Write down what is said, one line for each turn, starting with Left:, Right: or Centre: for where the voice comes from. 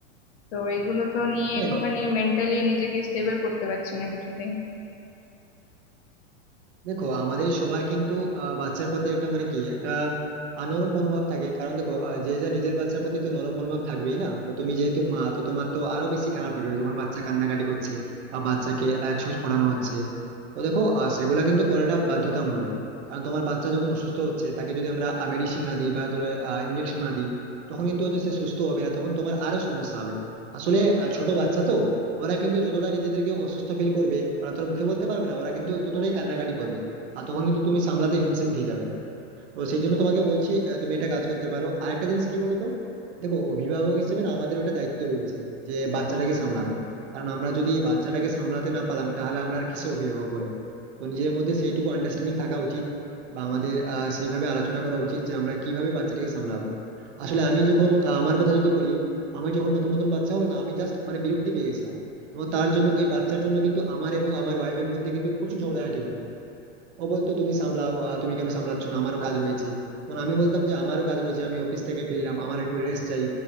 Left: তো এগুলো তো নিয়ে
Right: হ্যাঁ
Left: একটুখানি মেন্টালি নিজেকে স্টেবল করতে পারছি না কিছুতেই
Right: দেখো আমাদের সবার কিন্তু আহ, বাচ্চার প্রতি একটা মানে কি একটা আহ, নরম মনোভাব থাকে কারণ দেখো আহ, যে যা নিজের বাচ্চার প্রতি তো নরম মনোভাব থাকবেই না তো তুমি যেহেতু মা তো তোমার তো আরো বেশি খারাপ লাগবে যখন বাচ্চা কান্নাকাটি করছে বা বাচ্চাকে আহ, ছুঁচ ফোড়ানো হচ্ছে তো দেখো আহ, সেগুলা কিন্তু করাটা বাধ্যতামূলক কারণ তোমার বাচ্চা যখন অসুস্থ হচ্ছে তাকে যদি আমরা মেডিসিন না দিই বা ধরো ইঞ্জেকশন না দিই তখন কিন্তু হয়তো সে সুস্থ হবে না তখন তোমার আরো সমস্যা হবে আসলে আহ, ছোট বাচ্চা তো ওরা কিন্তু যতটা নিজেদেরকে অসুস্থ ফিল করবে ওরা তো আর মুখে বলতে পারবে না ওরা কিন্তু ততটাই কান্নাকাটি করবে আর তখন কিন্তু তুমি সামলাতে হিমশিম খেয়ে যাবে তো সেই জন্য তোমাকে বলছি আহ, তুমি একটা কাজ করতে পারো আরেকটা জিনিস কি বলো তো দেখো অভিভাবক হিসেবে না আমাদের একটা দায়িত্ব রয়েছে যে বাচ্চাটাকে সামলানো কারণ আমরা যদি বাচ্চাটাকে সামলাতে না পারলাম তাহলে আমরা আর কিসে অভিভাবক বলো তো নিজের মধ্যে সেইটুকু আন্ডারস্ট্যান্ডিং থাকা উচিত বা আমাদের আহ, সেইভাবে আলোচনা করা উচিত যে আমরা কিভাবে বাচ্চাটাকে সামলাবো আসলে আমি যখন আহ, আমার কথা যদি বলি আমি যখন নতুন নতুন বাচ্চা হলো না আমি জাস্ট মানে বিরক্তি পেয়ে গেছিলাম এবং তার জন্য ওই বাচ্চার জন্য কিন্তু আমার এবং আমার ওয়াইফের মধ্যে কিন্তু প্রচুর ঝগড়াঝাটি হতো ও বলতো তুমি সামলাও আহ, তুমি কেন সামলাচ্ছ না আমারও কাজ রয়েছে তখন আমি বলতাম যে আমারও কাজ রয়েছে আমি অফিস থেকে ফিরলাম আমার একটু রেস্ট চাই